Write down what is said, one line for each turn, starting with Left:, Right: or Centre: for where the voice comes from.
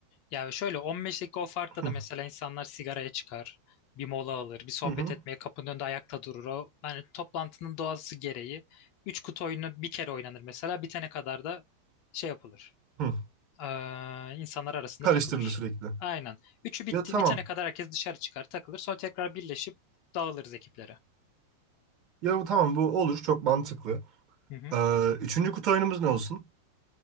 Left: Ya şöyle 15 dakika o farkla
Right: hı,
Left: da mesela insanlar sigaraya çıkar, bir mola alır, bir sohbet
Right: hı, hı,
Left: etmeye kapının önünde ayakta durur. O hani toplantının doğası gereği 3 kutu oyunu bir kere oynanır mesela bitene kadar da şey yapılır.
Right: hı.
Left: Ee, insanlar arasında
Right: karıştırılır
Left: takılır.
Right: sürekli.
Left: Aynen. Üçü bitti,
Right: Ya tamam.
Left: bitene kadar herkes dışarı çıkar, takılır. Sonra tekrar birleşip dağılırız ekiplere.
Right: Ya tamam bu olur çok mantıklı.
Left: Hı hı.
Right: Ee, üçüncü kutu oyunumuz ne olsun?